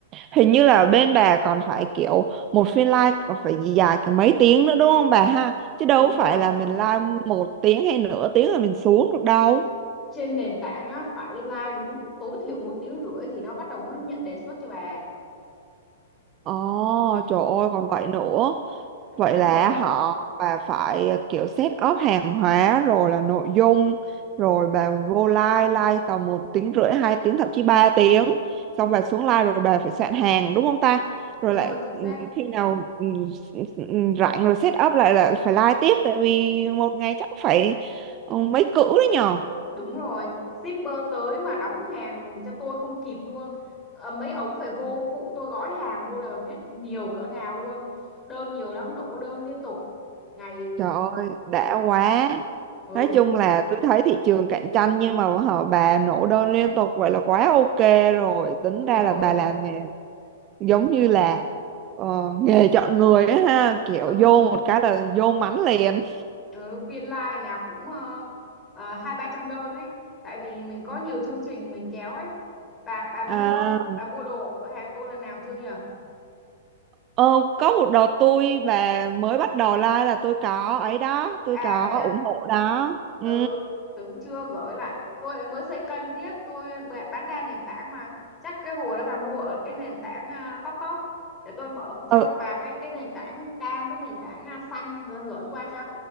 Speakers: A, on the right (about 30°); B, on the left (about 15°).
A: hình như là bên bà còn phải kiểu một phiên live còn phải gì dài cả mấy tiếng nữa đúng không bà ha? Chứ đâu
B: đúng rồi
A: phải là mình live một tiếng hay nửa tiếng rồi mình xuống được đâu.
B: trên nền tảng á phải live đúng tối thiểu một tiếng rưỡi thì nó bắt đầu mới nhận đề xuất cho bà
A: Ồ,
B: ừ
A: trời ơi còn vậy nữa. Vậy
B: đúng
A: là
B: rồi
A: họ bà phải kiểu set up hàng hóa rồi là nội dung rồi bà vô live live tầm một tiếng rưỡi hai tiếng thậm chí 3 tiếng xong bà xuống live rồi bà phải soạn hàng đúng không ta
B: đúng
A: rồi lại
B: rồi chính xác
A: ừm, khi nào ừm, ừm, rảnh rồi set up lại là phải live tiếp tại vì một ngày chắc phải ừ, mấy cữ đấy nhờ
B: Đúng rồi, shipper tới mà đóng hàng cho tôi không kịp luôn. Ờ, mấy ống phải vô phụ tôi gói hàng luôn là biết nhiều cỡ nào luôn. Đơn nhiều lắm, nổ đơn liên tục. Ngày ừ,
A: Trời ơi, đã
B: chắc
A: quá.
B: ừ,
A: Nói chung là tôi thấy thị trường cạnh tranh nhưng mà họ bà nổ đơn liên tục vậy là quá ok rồi. Tính
B: đúng
A: ra
B: rồi.
A: là bà làm nghề giống như là ờ, nghề chọn người á ha, kiểu
B: Ừ,
A: vô một cái là vô mánh liền.
B: <laughs> ừ phiên live nào cũng ờ, ờ, hai ba trăm đơn ấy. Tại vì mình có nhiều chương trình mình kéo ấy. Bà bà mua
A: À,
B: bà mua đồ ở cửa hàng tôi lần nào chưa nhỉ?
A: ờ, có một đợt tôi và mới bắt đầu like là tôi có ấy đó, tôi
B: à
A: có
B: vậy á
A: ủng hộ đó. Ừ.
B: ừ tưởng chưa gửi lại tôi lại mới xây kênh tiếp tôi bạ- bán đa nền tảng mà chắc cái hồi đó bà mua ở cái nền tảng à, top top để tôi mở cho
A: Ừ.
B: bà cái cái nền tảng cam với nền tảng à, xanh rồi gửi qua cho